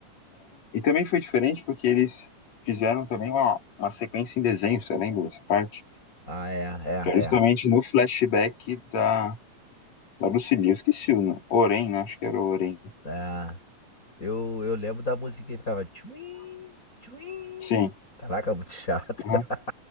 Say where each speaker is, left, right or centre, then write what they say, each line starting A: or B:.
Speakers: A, on the left; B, on the left.
A: E também foi diferente porque eles fizeram também uma, uma sequência em desenho, você lembra dessa parte?
B: Ah, é, é,
A: Que era justamente
B: é.
A: no flashback da, da Lucille. Eu esqueci o nome. Oren, né? Acho que era o Oren.
B: Ah, eu, eu lembro da musiquinha que ficava tchuim, tchuim.
A: Sim.
B: Caraca, muito chato.
A: aham,
B: <laughs>